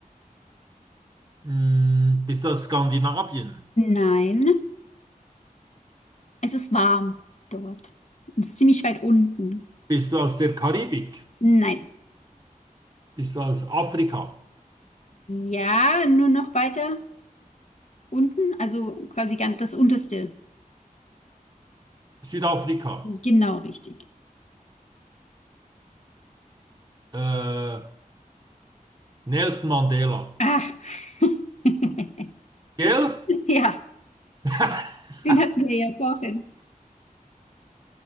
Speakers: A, on the right; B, on the left.
A: Mm, bist du aus Skandinavien?
B: nein. Es ist warm dort. Es ist ziemlich weit unten.
A: Bist du aus der Karibik?
B: Nein.
A: Bist du aus Afrika?
B: Ja, nur noch weiter. Unten, also quasi ganz das unterste.
A: Südafrika?
B: Genau richtig.
A: Äh, Nelson Mandela.
B: Ah, <laughs>
A: Gell?
B: ja,
A: <laughs>
B: den hatten wir ja vorhin.